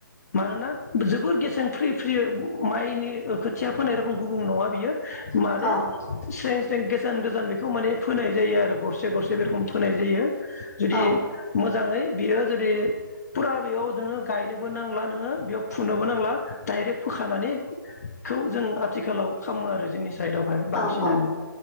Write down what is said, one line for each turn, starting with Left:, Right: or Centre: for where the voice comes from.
Left: मानोना जोबोर गेसें फ्रि फ्रि माइनि ओ खोथिया फोनाय रोखोम गुबुं नङा बियो माने
Centre: औ
Left: स्रें स्रें गोजान गोजान बेखौ माने फोनाय जायो आरो गरसे गरसे बे रखोम फोनाय जायो। जुदि
Centre: औ
Left: मो जाङै बियो जुदि फुरा बेयाव नोङो गायनोबो नांला नोङो बेयाव फुनोबो नांला डायरेक्ट फोखानानै खौ जों आथिखालाव खालामो आरो जोंनि साइदआवहाय
Centre: औ
Left: बांसिनानो
Centre: औ